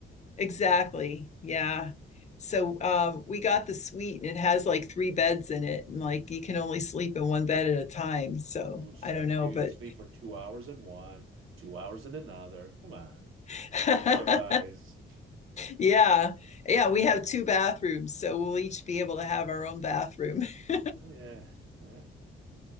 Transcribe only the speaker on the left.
Exactly. Yeah. So um we got the suite and it has like three beds in it and like you can only sleep in one bed at a time. So
I don't know,
but
<laughs>
yeah. Yeah, we have two bathrooms, so we'll each be able to have our own bathroom. <laughs>